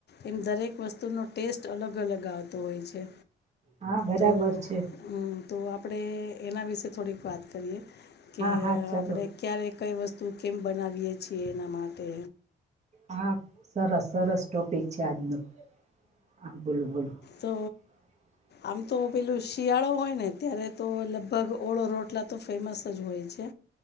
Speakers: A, on the left; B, on the right.
A: એમ દરેક વસ્તુનો ટેસ્ટ અલગ-અલગ આવતો હોય છે.
B: હા, બરાબર
A: તો
B: છે.
A: હમ તો આપણે એના વિશે થોડીક વાત કરીએ કે,
B: હા હા ચાલો
A: આપણે ક્યારેક કઈ વસ્તુ કેમ બનાવીએ છીએ એના માટે
B: હા! સરસ-સરસ ટોપિક છે આજનું. હા બોલો-બોલો
A: તો
B: હ <unintelligible>
A: આમ તો પેલું શિયાળો હોય ને ત્યારે તો લગભગ ઓળો રોટલા તો ફેમસ જ હોય છે.